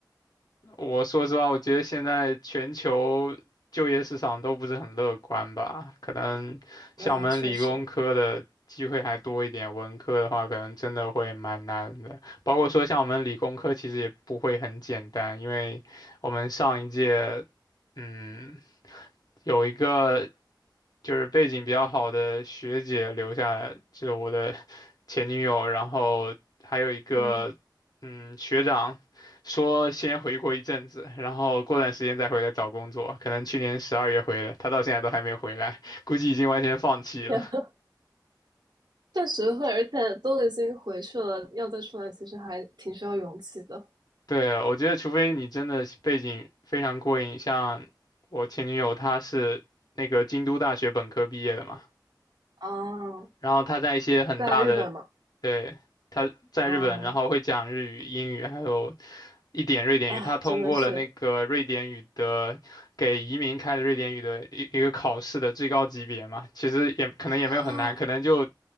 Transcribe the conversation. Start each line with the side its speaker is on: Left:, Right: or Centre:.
Left: <laughs> 我说实话，我觉得现在全球就业市场都不是很乐观吧，可能像我们理工科的机会还多一点，
Right: 那确实，
Left: 文科的话可能真的会蛮难的。包括说像我们理工科其实也不会很简单，因为我们上一届，嗯。有一个就是背景比较好的学姐留下来，就我的前女友，然后还有一个嗯学长，
Right: 嗯，
Left: 说先回国一阵子，然后过段时间再回来找工作，可能去年十二月回的，他到现在都还没回来，估计已经完全放弃了。
Right: <laughs> 天啊确实会，而且都已经回去了，要再出来，其实还挺需要勇气的。
Left: 对，我觉得除非你真的背景非常过硬，像我前女友她是那个京都大学本科毕业的嘛，
Right: 啊，
Left: 然后她在一些很大的，
Right: 在日本嘛，
Left: 对，她在日本，
Right: 嗯
Left: 然后会讲日语、英语还有一点瑞典语，
Right: 啊，
Left: 他通过了那个瑞典语的给移民开的瑞典语的一一个考试的最高级别嘛，
Right: 真的是
Left: 其实也可能也没有很难，
Right: 啊
Left: 可能就